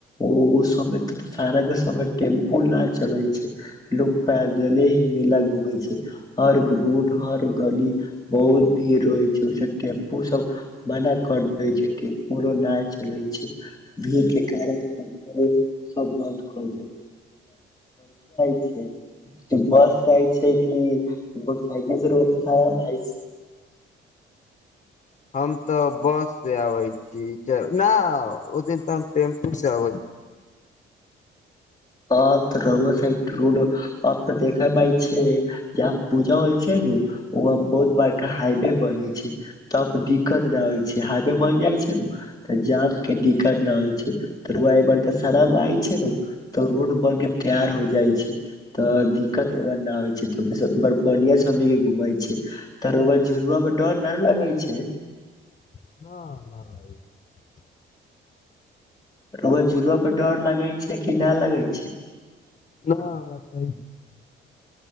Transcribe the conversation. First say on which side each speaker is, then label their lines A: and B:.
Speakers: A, on the left; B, on the left.
A: ओ ओ समय त सारा के समय टेम्पू ना चलै छैय। लोग पैदले ही मेला घूमै छैय हर रोड हर गली बहुत भीड़ रहे छैय ओय से टेम्पू सब मना कर देै छैय टेम्पूलो नहि चलै छैय भीड़ के कारण टेम्पू सब बंद कर <unintelligible> छैय। बस जाइ छैय कि मोटरसइकिल से र <unintelligible> छैय।
B: हम तऽ बस से आबै छी नहि ओ दिन तऽ हम टेम्पू से अबै
A: आ त रउआ साईड रोड अब त देखाय छैय जहाँ पूजा होइ छैय ने उहा बहुत बारका हाईवे बनै छैय तब दिक्कत न होइ छैय हाइवे बन जाइ छैय ने तऽ जाम के दिक्कत न होइ छैय त रउआ अय बार दशहरामें आय छैय न तऽ रोड बन के तैयार हो जाइ छैय तऽ दिक्कत ए बार नहि होइ छैय त बढ़िया सम के घुमय छैय त रउआ झूलूआ पर डर नहि लगै छैय।
B: <inaudible>
A: रउआ झूलुआ पर डर लगै छैय कि नहि लगै छैय।
B: न हमरा तऽ